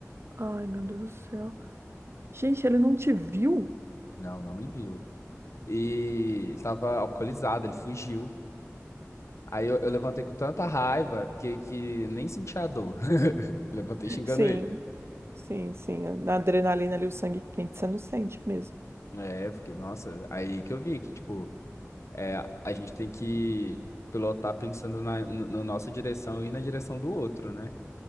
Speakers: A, on the right; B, on the left.
A: Ai, meu Deus do céu. Gente, ele não te viu?
B: Não, não me viu. E tava alcoolizado, ele fugiu. Aí eu, eu levantei com tanta raiva que, que nem senti a dor. <laughs> Levantei xingando
A: Sim,
B: ele.
A: sim, sim. Na adrenalina ali, o sangue quente, você não sente mesmo.
B: É, porque, nossa, aí que eu vi que, tipo, é, a gente tem que pilotar pensando na, no- na nossa direção e na direção do outro, né?